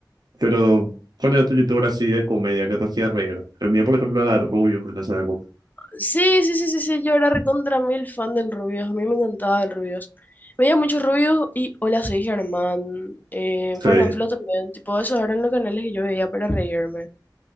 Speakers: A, on the right (about 60°); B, on the left (about 25°).
A: pero ¿cuál era tu youtuber así de comedia que te hacía reír? El mío, por ejemplo, era Rubius en esa época.
B: Sí, sí, sí, sí, sí. Yo era recontra mil fan del Rubius. A mí me encantaba el Rubius. Veía muchos Rubius y Hola, soy Germán. Eh,
A: Sí,
B: Fernanfloo también. Tipo, esos eran los canales que yo veía para reírme.